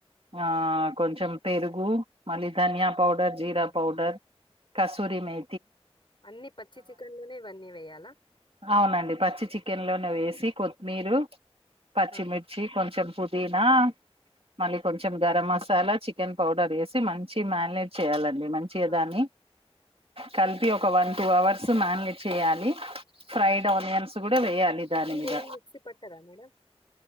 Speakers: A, on the right; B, on the left.
A: ఆ కొంచెం పెరుగు మలిధాన్యా పౌడర్ జీరా
B: ఆ.
A: పౌడర్ కసూరి మే
B: అన్ని పచ్చి చికెన్లోనే ఇవన్నీ వేయాలా
A: అవునండి పచ్చి చికెన్ లోనే వేసి కొత్తిమీరు పచ్చిమిర్చి
B: ఆ
A: కొంచెం పుదీనా మళ్ళీ కొంచెం గరం మసాలా చికెన్ పౌడర్ వేసి మంచి మ్యారినేట్ చేయాల ని మంచిగా
B: ఆ
A: దాన్ని కలిపి ఒక వన్ టూ అవర్స్ మ్యారినేట్ చేయాలి ఫ్రైడ్
B: ఆ.
A: ఓనియన్స్ గుడా వెయ్యాలి ఏ దానిమీద
B: మీరు ఏం మిక్సీ పట్టరా మేడం